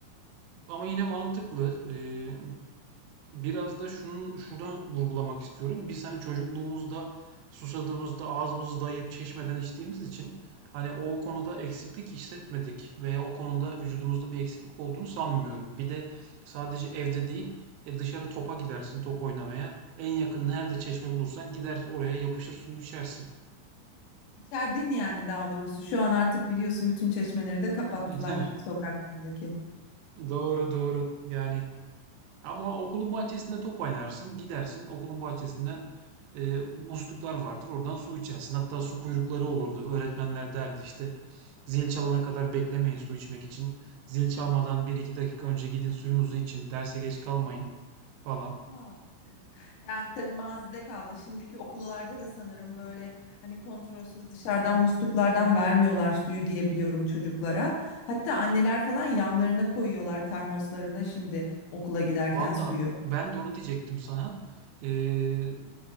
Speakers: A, on the right; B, on the left.
A: ama yine mantıklı. Eee biraz da şunun şunu vurgulamak istiyorum. Biz hani çocukluğumuzda susadığımızda ağzımızı dayayıp çeşmeden içtiğimiz için hani o konuda eksiklik hissetmedik veya o konuda vücudumuzda bir eksiklik olduğunu sanmıyorum. Bir de sadece evde değil, e, dışarı topa gidersin top oynamaya. En yakın nerede çeşme bulursan gider oraya yapışır suyu içersin.
B: İçerdin yani daha doğrusu. Şu an artık biliyorsun bütün çeşmeleri de kapattılar
A: Yani hani
B: sokaklardaki.
A: doğru doğru. Yani Ama okulun bahçesinde top oynarsın, gidersin okulun bahçesinden e, musluklar vardır, oradan su içersin. Hatta su kuyrukları olurdu. Öğretmenler derdi işte zil çalana kadar beklemeyin su içmek için. Zil çalmadan bir iki dakika önce gidin suyunuzu için, derse geç kalmayın falan.
B: Aa, evet. Yani tabii mazide kaldı. Şimdiki okullarda da sanırım böyle hani kontrolsüz dışarıdan musluklardan vermiyorlar suyu diye biliyorum çocuklara. Hatta anneler falan yanlarına koyuyorlar termoslarına şimdi okula giderken
A: Valla
B: suyu.
A: ben de onu diyecektim sana. Ee,